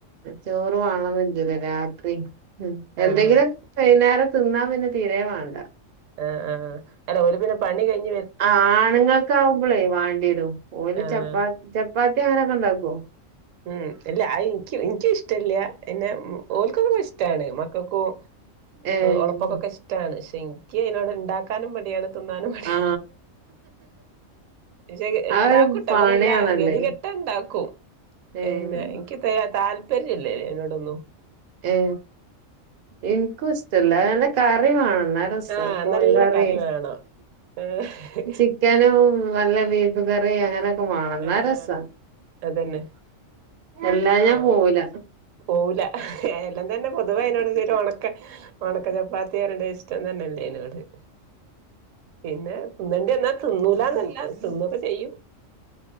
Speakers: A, on the right (about 55°); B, on the right (about 75°).
A: ചോറു അ കാണന്നില്ലല്ലൊ രാത്രി ഉം
B: ആഹ്
A: എന്തെങ്കിലും നേരെ തിന്നാൻ പിന്നെ തീരേ വേണ്ട
B: ആഹ് ആഹ് അല്ല ഒരു പിന്നെ പണി കഴിഞ്
A: ആ ആണുങ്ങൾക്കാവുമ്പളെ വേണ്ടിരും ഓല്
B: ആഹ്
A: ചർപ്പാത്തി ചർപ്പാത്തി അങ്ങനെൊക്കെ ഉണ്ടാക്കുവോ.
B: ഉം ഇല്ല ആയിനിക്ക് എനിക്കും ഇഷ്ടല്ല പിന്നെ ഓൽക്കും ഇഷ്ടാണ് മക്കൾക്കും
A: ഏഹ്
B: ഒണപ്പോക്കൊക്കെ ഇഷ്ടാണ് പക്ഷെ എനിക്ക് നോട് ഉണ്ടാക്കാനും മടിയാണ്. തിന്നാനും മടി
A: ആഹ് ആ
B: ശേ ഇണ്ടാക്കൂട്ട
A: ആ ഒരു പണിയാണല്ലേ
B: അങ്ങനെയല്ല ഗതി കെട്ടാ ഉണ്ടാക്കൂം
A: ഏഹ്
B: ഏന്നെ എനിക്ക് ത താല്പര്യ ല്ലല്ലേ എന്നോടൊന്നു
A: ഉ എനിക്കും ഇഷ്ടല്ല അന്റെ കറി വേണ രസ
B: ആഹ്
A: കോഴക്കറി
B: നല്ല കറി വേണം ഏഹ്
A: ചിക്കനല്ല <unintelligible> ക്കൻ കറി അങ്ങനെയൊക്കെ വണെന്നാ
B: ആഹ്
A: രസ
B: അതന്നെ
A: എല്ലാം ഞാൻ
B: ഏഹ്,
A: പോവല
B: പോവൂല എല്ലാം തന്നെ പൊതുവേ അതിനോട് ഉണക്ക ഉണക്ക ചപ്പാത്തി ഇഷ്ടം തന്നെല്ലേ ആയിനോട് അ പിന്നെ തിുന്നണ്ടി എന്നാ തിുന്നൂലന്നല്ല ല്ലൊ തിന്നൊക്കെ ചെയ്യും